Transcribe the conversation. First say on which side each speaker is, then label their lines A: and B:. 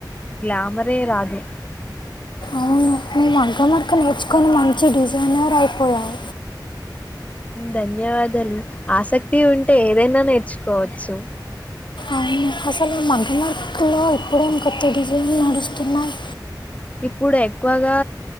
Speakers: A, on the left; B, on the left.
A: గ్లామరే రాదు
B: అవు నువ్వు మగ్గం వర్క్ నేర్చుకొని మంచి డిజైనర్ అయిపోయావు
A: ధన్యవాదాలు ఆసక్తి ఉంటే ఏదైనా నేర్చుకోవచ్చు
B: అవును అసలు మగ్గం వర్క్ లో ఇప్పుడు ఏం కొత్త డిజైన్లు నడుస్తున్నాయి
A: ఇప్పుడు ఎక్కువగా